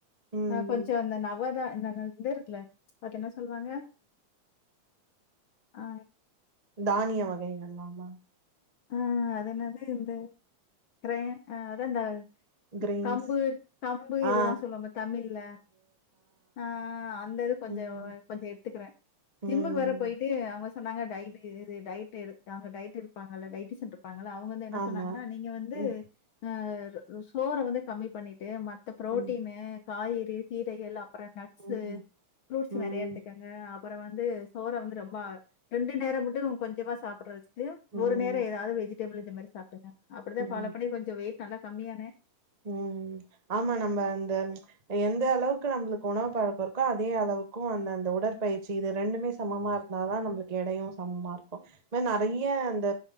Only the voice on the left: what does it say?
ஆ கொஞ்சம் அந்த ந இதான் இந்தந்து இருக்குல பாத்தீ என்ன சொல்லுவாங்க அ ஆ
ஆ அதுனது எந்த கிர ஆ அதுதந்த
கம்பு கம்பு
இதெல்லாம் சொல்வோம்ல தமிழ்ல ஆ அந்த இது கொஞ்சம்
கொஞ்சம் எடுத்துக்கிறேன்
ஜிம்முக்கு வேற போயிட்டு அவங்க சொன்னாங்க டயட் எடு டயட்டு எடு அவங்க டைட் இருப்பாங்க டைடு சென் ப்பாங்கள அவங்க வந்து என்ன
சொன்னாங்கன்னா நீங்க வந்து
ஆ சோற வந்து கம்மி பண்ணிட்டு மத்த ப்ரோட்டீனு
காய்கறி யெல்லாம் அப்பறம் நட்ஸு
ஃப்ரூட்ஸ்
நெறைய எடுத்துக்கங்க அப்பறம் வந்து சோற வந்து ரொம்ப ரெண்டு நேரம் மட்டும் கொஞ்சமா சாப்பி
ஒரு நேரம் ஏதாவது வெஜிடபில் இந்த மாரி சாப் அப்டிதான்
ஃபாலோ பண்ணி கொஞ்சோம் வெயிட் நல்லா கம்மியான